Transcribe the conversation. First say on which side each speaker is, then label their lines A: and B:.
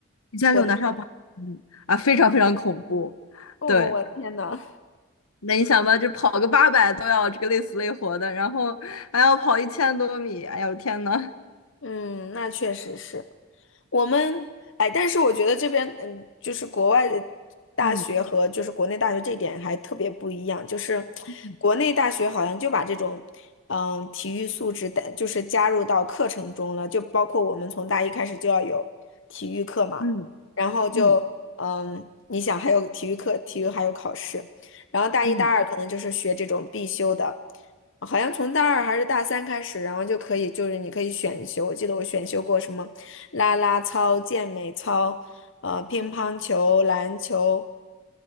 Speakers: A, on the left; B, on the left.
A: 一千六男生要跑，
B: 我的天。
A: 嗯啊，非常非常恐怖。
B: 哦，
A: 对，
B: 我的天呐，
A: 那你想吧，就跑个八百都要这个累死累活的，然后还要跑一千多米，哎呦天呐！
B: 嗯，那确实是。我们哎，但是我觉得这边嗯，就是国外的大学和就是国内大学这一点还特别不一样，
A: 嗯
B: 就是
A: 嗯
B: 国内大学好像就把这种嗯体育素质带就是加入到课程中了，就包括我们从大一开始就要有体育课嘛，
A: 嗯
B: 然后就嗯，
A: 嗯
B: 你想还有体育课，体育还有考试，然后大一大二可能就是学这种必修的。
A: 嗯，
B: 好像从大二还是大三开始，然后就可以，就是你可以选修。我记得我选修过什么。啦啦操、健美操、呃乒乓球、篮球、